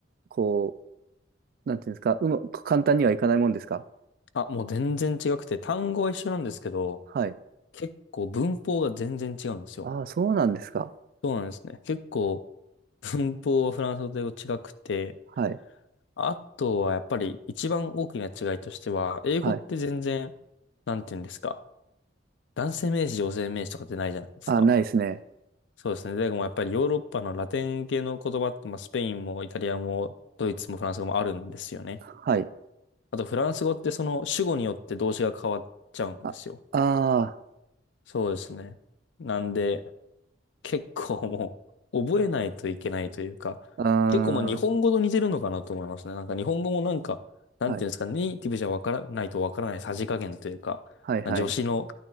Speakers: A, on the right; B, on the left.
A: こう、なんていうんですか、うま、簡単にはいかないもんですか
B: あ、もう全然違くて、単語は一緒なんですけど、
A: はい。
B: 結構文法が全然違うんですよ。
A: ああ、そうなんですか。
B: そうなんですね。結構文法はフランス語と英語違くて、
A: はい。
B: あとはやっぱり一番大きな違いとしては、英語って全然、
A: はい。
B: なんていうんですか。男性名詞、女性名詞とかってないじゃないですか。
A: ああ、ないですね。
B: そうですね。でもやっぱりヨーロッパのラテン系の言葉って、まあ、スペインもイタリアもドイツもフランス語もあるんですよね。
A: はい。
B: あとフランス語ってその主語によって動詞が変わっちゃうんですよ。
A: あ、あ
B: そうですね。なんで結構もう覚えないといけないというか、
A: あ、あ
B: 結構まあ日本語と似てるのかなと思いますね。なんか日本語もなんか、なんていうんですか、
A: ーはい。
B: ネイティブじゃわからないとわからないさじ加減というか、
A: はい、はい。
B: 助詞の